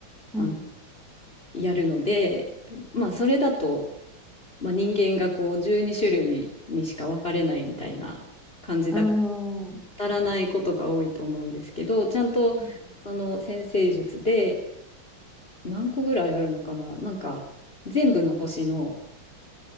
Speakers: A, in the centre; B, on the left.
A: うん。
B: あの、やるので、まあ、それだと、まあ、人間がこう12種類にしか分かれないみたいな感じだから
A: うーん。
B: 当たらないことが多いと思うんですけどちゃんとその占星術で
A: うん
B: 何個ぐらいあるのかななんか全部の星の